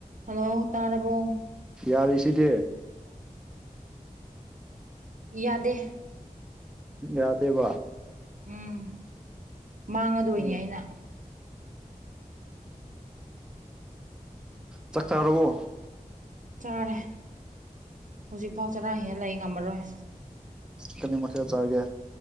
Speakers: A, on the right; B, in the centre.
A: Hello ꯇꯥꯔꯕꯣ
B: ꯌꯥꯔꯤꯁꯤꯗꯤ
A: ꯌꯥꯗꯦ
B: ꯌꯥꯗꯦꯕ
A: ꯎꯝ ꯃꯥꯡꯉꯗꯣꯏꯅꯤ
B: ꯑꯣ
A: ꯑꯩꯅ
B: ꯆꯥꯛꯆꯥꯔꯕꯣ
A: ꯆꯥꯔꯦ ꯍꯧꯖꯤꯛꯐꯥꯎ ꯆꯔꯥ ꯍꯦ ꯂꯩ ꯉꯝꯃꯔꯣꯏ
B: ꯀꯃꯤ ꯃꯊꯦꯜ ꯆꯥꯒꯦ